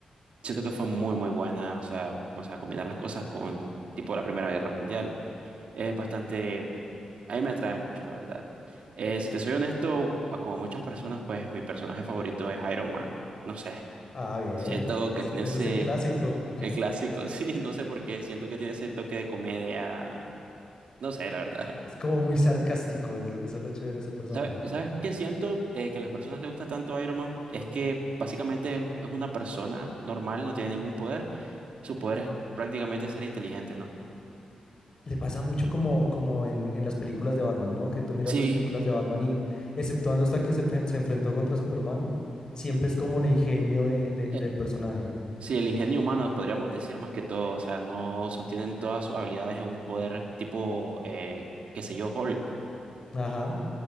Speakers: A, on the right; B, on the left.
A: siento que fue muy, muy buena, o sea, o sea, combinar las cosas con tipo la Primera Guerra Mundial. Es bastante, a mí me atrae mucho, la verdad. Eh, si te soy honesto, a como muchas personas, pues mi personaje favorito es Iron Man. No sé,
B: Ah, bien.
A: siento
B: pero
A: que
B: ese,
A: tiene ese,
B: ese es el clásico.
A: el clásico, <laughs> sí, no sé por qué, siento que tiene ese toque de comedia, no sé, la verdad.
B: Es como muy sarcástico. Es, eso es lo chévere de ese personaje.
A: ¿Sabe- ¿Sabes qué siento eh, que a las personas les gusta tanto Iron Man? Es que básicamente es, es una persona normal, no tiene ningún poder. Su poder es prácticamente ser inteligente, ¿no?
B: le pasa mucho como, como en, en las películas de Batman, ¿no? Que tú miras
A: Sí,
B: las películas de Batman y, exceptuando hasta que se, fe- se enfrentó contra Superman, siempre es como el ingenio de, de-
A: eh,
B: del personaje.
A: sí, el ingenio humano podríamos decir más que todo. O sea, no sostienen todas sus habilidades en un poder tipo, eh, qué sé yo, Hulk.
B: Ajá,